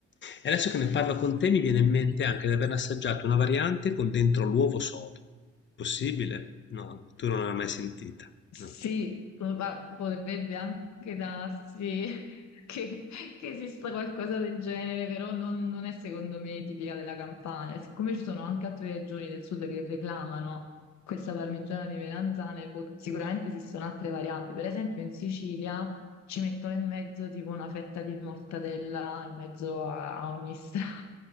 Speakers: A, on the left; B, on the left.
A: e adesso che ne parlo con te, mi viene in mente anche di aver assaggiato una variante con dentro l'uovo sodo. Possibile? No, tu non l'hai mai sentita.
B: Sì,
A: No.
B: ma potrebbe anche darsi <laughs> che, che esista qualcosa del genere, però non, non è secondo me tipica della Campania. Siccome ci sono anche altre regioni del sud che reclamano questa parmigiana di melanzane, pot- sicuramente esistono altre varianti. Per esempio in Sicilia ci mettono in mezzo tipo una fetta di mortadella in mezzo a, a ogni strato,